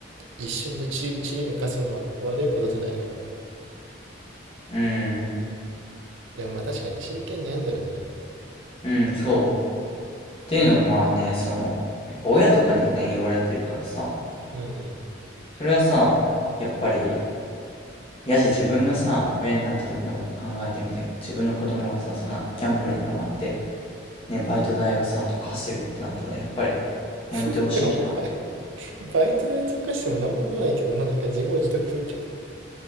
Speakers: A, on the right; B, on the left.
A: 一瞬でチリチリに貸すのは悪いことじゃないのよ。
B: うん。
A: でもまあ確かに真剣に悩んでるんだね。
B: うん、そう。っていうのもまあね、
A: なるほ
B: その、やっぱ親とかにね、言われてるからさ、
A: ど。うんうん。
B: それはさ、やっぱり、やじ自分がさ、親になった時のこと考えてみてよ。自分の子供がさ、そんなギャンブルにはまって、ね、バイト代をさ、溶かしてるってなったら、やっぱりやめてほしいじゃん。
A: <laughs> でもバイ、
B: あ、
A: バイト代とかしても何も思わないけどな、なんか自業自得みたいな。